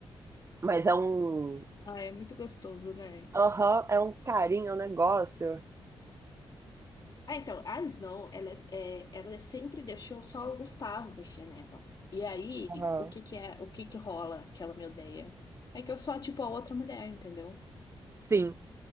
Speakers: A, on the right (about 30°); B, on the left (about 45°).
A: Mas é um.
B: Ah, é muito gostoso, né?
A: Aham, é um carinho, é um negócio.
B: Ah, então, a Snow, ela, é, ela sempre deixou só o Gustavo mexer nela. E aí,
A: Aham.
B: o que que é, o que que rola que ela me odeia? É que eu sou, tipo, a outra mulher, entendeu?
A: Sim.